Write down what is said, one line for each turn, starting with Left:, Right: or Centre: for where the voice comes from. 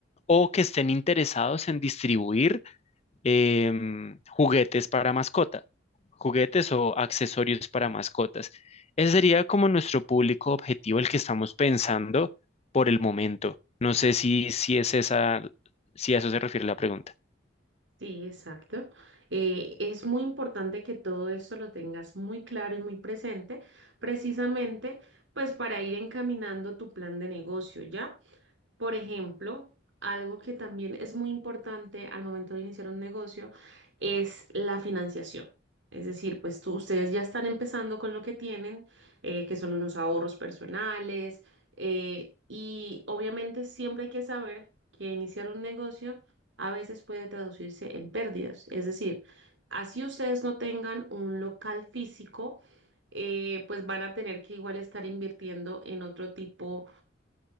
Left: o que estén interesados en distribuir em, juguetes para mascota, juguetes o accesorios para mascotas. Ese sería como nuestro público objetivo, el que estamos pensando por el momento. No sé si, si es esa, si a eso se refiere la pregunta.
Right: Sí, exacto. Eh, es muy importante que todo esto lo tengas muy claro y muy presente, precisamente pues para ir encaminando tu plan de negocio, ¿ya? Por ejemplo, algo que también es muy importante al momento de iniciar un negocio es la financiación. Es decir, pues tú- ustedes ya están empezando con lo que tienen, eh, que son unos ahorros personales, eh, y obviamente siempre hay que saber que iniciar un negocio a veces puede traducirse en pérdidas. Es decir, así ustedes no tengan un local físico, eh, pues van a tener que igual estar invirtiendo en otro tipo